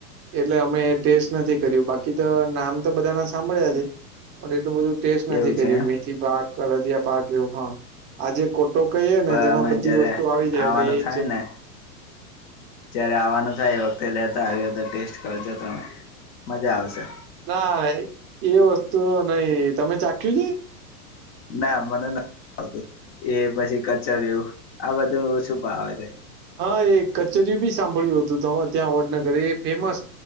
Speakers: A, on the right (about 25°); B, on the left (about 40°).
A: એટલે અમે ટેસ્ટ નથી કર્યું બાકી તો નામ તો બધા ના સાંભળ્યા છે. પણ એટલું બધું ટેસ્ટ નથી
B: એવું
A: કર્યું
B: છે એમ
A: મેથીપાક, અડદિયા પાક એવું હ આજે કોટ તો કહીએે ને
B: પણ
A: તેમાં
B: અમે
A: બધી
B: જયારે
A: વસ્તુ આવી જાય
B: આવવાનું
A: એટલે એ
B: થાય
A: જે
B: ને જયારે આવાનું થાય એ વખતે લેતા આવ્યો તો ટેસ્ટ કરજો તમે મજા આવશે.
A: ના એવુ વસ્તુ નઈ, તમે ચાખ્યું છે?
B: ના મને નથી ભાવતું એ પછી કચરું આ બધું શું ભાવે છે.
A: હા એ કચરિયું બી સાંભળ્યું હતું ત તમે ત્યાં વડનગર એ ફેમસ